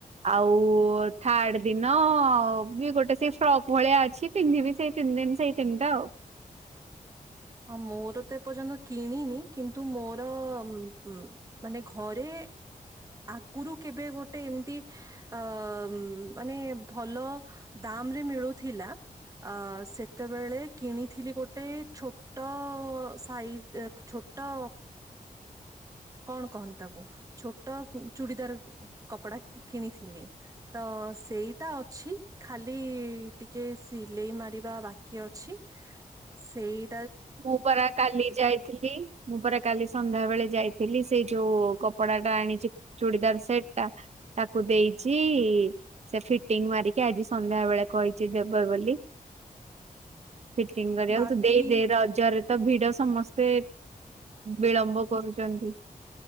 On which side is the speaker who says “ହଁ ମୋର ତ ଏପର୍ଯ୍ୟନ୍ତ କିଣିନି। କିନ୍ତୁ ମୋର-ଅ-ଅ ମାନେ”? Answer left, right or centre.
Right